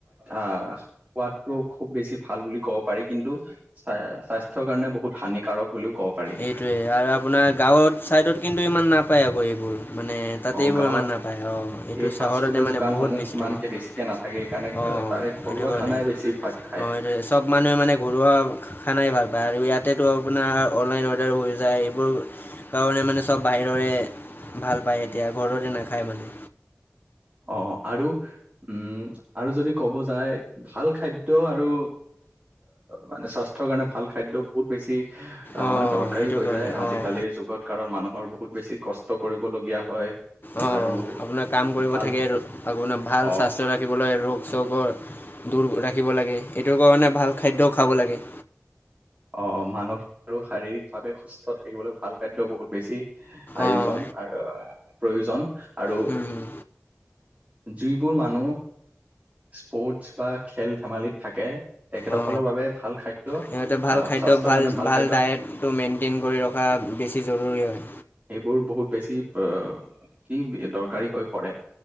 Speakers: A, on the right; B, on the left.
A: আ সোৱাদটোও খুব বেছি ভাল বুলি ক'ব পাৰি কিন্তু স্বাস্থ্যৰ কাৰণে বহুত হানিকাৰক বুলিও ক'ব পাৰি
B: এইটোৱে আৰু আপোনাৰ গাঁৱৰ চাইদত কিন্তু ইমান নাপায় আকৌ এইবোৰ মানে তাতে
A: অ
B: এইবোৰ
A: গাঁৱত
B: ইমান নাপায় অ এইটো
A: এই ফাষ্ট
B: চহৰতে
A: ফুডৰ
B: মানে
A: দোকানসমূহ
B: বহুত বেছি
A: ইমানকে
B: থাকে অ
A: বেছিকে নাথাকে সেইকাৰণে
B: অ
A: তাৰে ঘৰুৱা
B: সেইটো কাৰণেই
A: খানাই বেছি ভাগ খায়
B: অ এইটোৱে চব মানুহে মানে ঘৰুৱা খানাই ভাল পায় আৰু ইয়াত তাতেতো আপোনাৰ অনলাইন অৰ্ডাৰ হৈ যায় এইবোৰ কাৰণে মানে চব বাহিৰৰে ভাল পায় এতিয়া ঘৰতে নাখায় মানে
A: অ আৰু উম আৰু যদি ক'ব যায় ভাল খাদ্য আৰু মানে স্বাস্থ্যৰ কাৰণে ভাল খাদ্য বহুত বেছি
B: অঁ
A: আমাৰ দৰকাৰ
B: এইটো
A: হৈ
B: কাৰণে
A: যায় আজিকালিৰ
B: অঁ
A: যুগত কাৰণ মানুহৰ বহুত বেছি কস্ত কষ্ট কৰিবলগীয়া হয়
B: অ
A: আৰু
B: আপোনাৰ কাম কৰিব
A: ভাল
B: থাকে আপোনাৰ ভাল
A: অ
B: স্বাস্থ্য ৰাখিবলৈ ৰোগ চবৰ দূৰ ৰাখিব লাগে এইটোৰ কাৰণে ভাল খাদ্যও খাব লাগে
A: অ মানসিক আৰু শাৰীৰিক ভাৱে সুস্থ থাকিবলৈ ভাল খাদ্য বহুত বেছি আয়োজন
B: অঁ
A: আৰু প্ৰয়োজন আৰু
B: হুম, হুম।
A: যিবোৰ মানুহ স্পৰ্টছ বা খেল ধেমালিত থাকে তেখেতসকলৰ
B: অ
A: বাবে ভাল খাদ্য
B: সিহতে ভাল
A: আহ
B: খাদ্য
A: স্বাস্থ্যৰ
B: ভাল
A: কাৰণে
B: ভাল
A: খাদ্য
B: ডায়েটটো মেইনটেইন কৰি ৰখা। বেছি জৰুৰী হয়।
A: এইবোৰ বহুত বেছি। কি দৰকাৰী হৈ পৰে